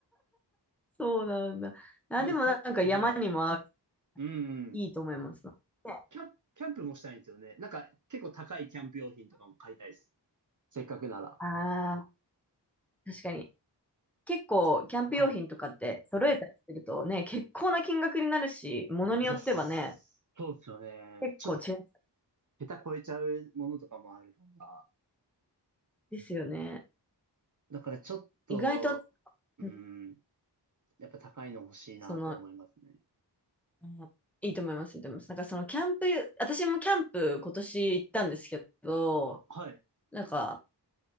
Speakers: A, in the centre; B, on the right (about 45°).
A: そうなんだ。あ、
B: でも、
A: でもなんか山にも合う
B: そ、はい。うんうん。
A: いいと思いますな。ね
B: キャンプ、キャンプもしたいんですよね。なんか、結構高いキャンプ用品とかも買いたいです。せっかくなら。
A: ああー、確かに。結構、
B: そはい。
A: キャンプ用品とかって揃えたりするとね、結構な金額になるし、ものによってはね、
B: いや、そうですよね。
A: 結構違うん
B: ちょっと、桁超えちゃうものとかもあるから。
A: ですよね。
B: だから、ちょっと、
A: 意外と、
B: うん、
A: うん
B: やっぱ高いの欲しいなと思いますね。
A: その、うんいいと思います、いいと思います。なんかそのキャンプ、私もキャンプ今年行ったんですけど、
B: あ、はい。
A: なんか、